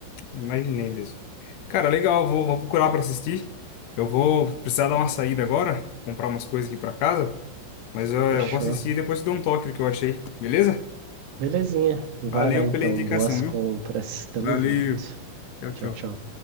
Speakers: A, on the left; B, on the right.
A: Imaginei mesmo. Cara, legal, vou, vou procurar pra assistir. Eu vou precisar dar uma saída agora, comprar umas coisas aqui pra casa, mas eu,
B: Fechou.
A: eu vou assistir e depois te dou um toque do que eu achei, beleza?
B: Belezinha. Vai
A: Valeu
B: lá então.
A: pela indicação,
B: Boas
A: viu?
B: compras. Tamo
A: Valeu.
B: junto.
A: Tchau,
B: Tchau,
A: tchau.
B: tchau.